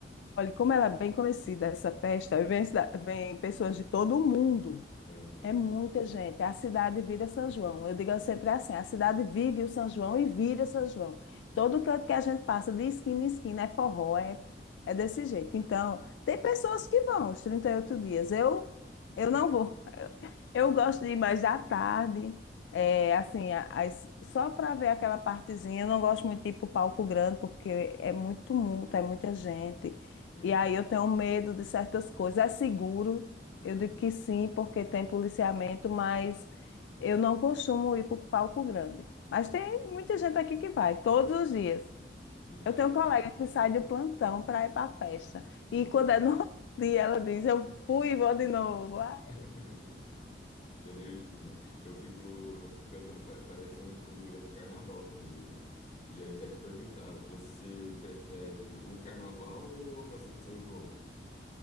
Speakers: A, on the left; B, on the left.
A: Olha, como ela é bem conhecida, essa festa, vem, cida- vem pessoas de todo o mundo.
B: Aham,
A: É muita gente. A cidade vira São João. Eu digo sempre assim: a cidade vive o São João e vira São João. Todo canto que a gente passa, de esquina em esquina, é forró, é, é desse jeito. Então, tem pessoas que vão os 38 dias. Eu, eu não vou. Eu, eu gosto de ir mais à tarde, é, assim, a- as- só para ver aquela partezinha. Eu não gosto muito de ir para o palco grande, porque é muito tumulto, é muita gente.
B: aham,
A: E aí eu tenho medo de certas coisas. É seguro.
B: aham.
A: Eu digo que sim, porque tem policiamento, mas eu não costumo ir para o palco grande. Mas tem muita gente aqui que vai, todos os dias.
B: Me parece.
A: Eu tenho um colega que sai do plantão para ir para a festa. E
B: Nossa.
A: quando é no <laughs> outro dia, ela diz: Eu fui e vou de novo. Ai,
B: <laughs> Que energia, né? Eu fico, eu fico pensando, pa- parece um, um grande carnaval também, né? E aí até te perguntar, você prefere o carnaval ou a festa de São João?